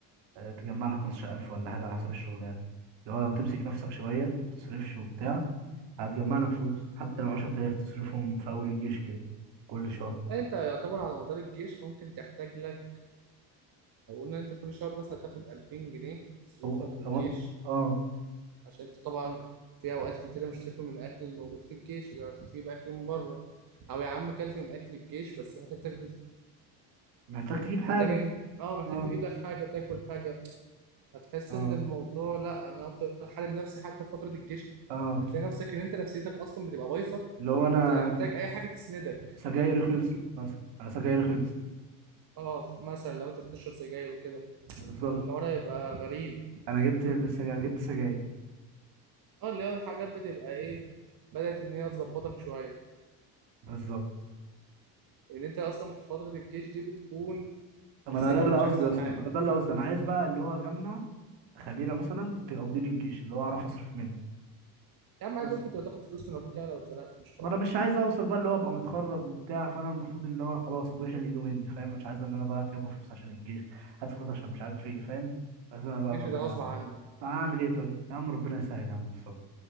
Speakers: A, on the right; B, on the right.
A: آه، تجمع لك 15000 ولا حاجة على حسب الشغلانة اللي هو لو تمسك نفسك شوية متصرفش وبتاع هتجمع لك فلوس حتى لو 10000 تصرفهم في أول الجيش كده كل شهر
B: يعني أنت يعتبر على مدار الجيش ممكن تحتاج لك لو قلنا أنت كل شهر مثلا تاخد ألفين جنيه تصرفهم
A: هو
B: في الجيش
A: هو اه
B: عشان أنت طبعا في أوقات كتيرة مش تاكل من الأكل الموجود في الجيش اللي تجيب أكل من بره أو يا عم كلت من أكل الجيش بس محتاج تاكل
A: محتاج تجيب حاجة
B: محتاج اه محتاج
A: اه
B: تجيب لك حاجه تاكل حاجه هتحس
A: اه
B: ان الموضوع لا انا افضل حارب نفسي حتى في فتره الجيش
A: اه
B: هتلاقي نفسك ان انت نفسيتك اصلا بتبقى بايظه
A: اللي هو أنا
B: انت محتاج اي حاجه تسندك
A: سجايري خلصت مثلا أنا سجايري خلصت
B: اه مثلا لو انت بتشرب سجاير وكده
A: بالظبط
B: فالحوار هيبقى غريب
A: أنا جبت علبة سجاير أنا جبت سجاير
B: اه اللي هو حاجات بتبقى ايه بدات ان هي تظبطك شويه
A: بالظبط
B: لان انت اصلا في فتره الجيش دي بتكون
A: ما
B: نفسيتك
A: أنا ده اللي
B: مش
A: قصدي
B: احسن
A: أصلا
B: حاجه
A: ما أنا ده اللي قصدي أنا عايز بقى اللي هو أجمع خميرة مثلا تقضيني الجيش اللي هو أعرف أصرف منها
B: يا عم
A: بس
B: عادي ممكن تبقى تاخد فلوس من ابوك يعني لو اتزنقت مش حوار
A: ما انا مش عايز اوصل بقى اللي هو ابقى متخرج وبتاع فانا المفروض اللي هو خلاص ابويا شال ايده مني فاهم مش عايز ان انا بقى يابا فلوس عشان الجيش هات فلوس عشان مش عارف ايه فاهم عايز انا
B: في
A: بقى
B: الجيش
A: ما تبقى
B: ده غصب
A: يعني
B: عنك
A: اعمل ايه طيب يا عم ربنا يسهل يا عم مصطفى